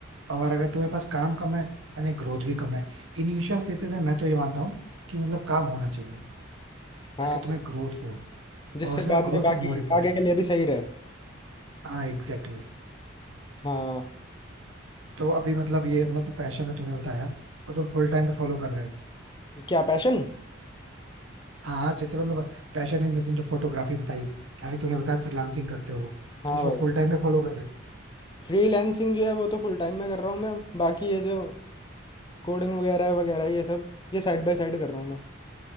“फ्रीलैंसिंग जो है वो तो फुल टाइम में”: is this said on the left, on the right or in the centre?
Left